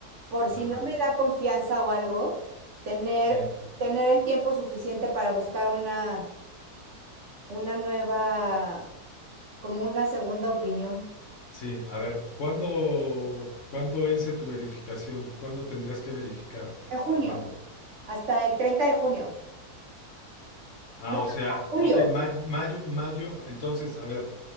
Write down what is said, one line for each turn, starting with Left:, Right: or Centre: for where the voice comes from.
Right: por si
Left: ajá,
Right: no me da confianza o algo, tener,
Left: sí.
Right: tener el tiempo suficiente para buscar una una nueva, como una segunda opinión.
Left: Sí, a ver, ¿cuándo, cuándo vence tu verificación? ¿Cuándo tendrías que verificar? ¿Hasta
Right: En junio,
Left: cuándo?
Right: hasta el treinta de junio.
Left: Ah,
Right: No,
Left: o sea,
Right: hasta julio,
Left: ok, mayo, mayo, mayo. Entonces, a ver,